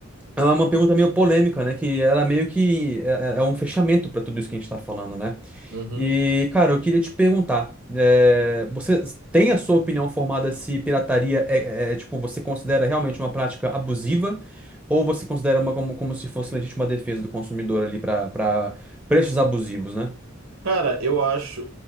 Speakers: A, in the centre; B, on the right (about 80°).
A: é uma pergunta meio polêmica, né? Que ela meio que é, é é um fechamento pra tudo isso que a gente tá falando, né?
B: uhum.
A: E, cara, eu queria te perguntar, é, você tem a sua opinião formada se pirataria é, é, é, tipo, você considera realmente uma prática abusiva ou você considera uma como, como se fosse legítima defesa do consumidor ali para para preços abusivos, né?
B: Cara, eu acho.